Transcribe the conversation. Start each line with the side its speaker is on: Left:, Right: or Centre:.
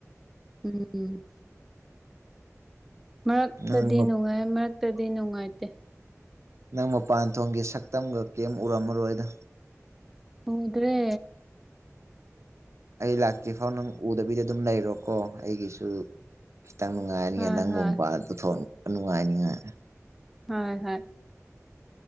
Centre: ꯎꯝ ꯃꯔꯛꯇꯗꯤ
Right: ꯅꯪ
Centre: ꯅꯨꯡꯉꯥꯏ ꯃꯔꯛꯇꯗꯤ ꯅꯨꯡꯉꯥꯏꯇꯦ
Right: ꯅꯪ ꯃꯄꯥꯟꯊꯣꯡꯒꯤ ꯁꯛꯇꯝꯒ ꯀꯦꯝ ꯎꯔꯝꯃꯔꯣꯏꯗ
Centre: ꯎꯗ꯭ꯔꯦ
Right: ꯑꯩ ꯂꯥꯛꯇ꯭ꯔꯤ ꯐꯥꯎ ꯅꯪ ꯎꯗꯕꯤꯗ ꯑꯗꯨꯝ ꯂꯩꯔꯣꯀꯣ ꯑꯩꯒꯤꯁꯨ ꯈꯤꯇꯪ ꯅꯨꯡꯉꯥꯏꯅꯤꯉꯥꯏ
Centre: ꯍꯣꯏ
Right: ꯅꯪꯕꯨ
Centre: ꯍꯣꯏ
Right: ꯃꯄꯥꯟꯗ ꯄꯨꯊꯣꯛ ꯅꯨꯡꯉꯥꯏꯅꯤꯉꯥꯏ
Centre: ꯍꯣꯏ ꯍꯣꯏ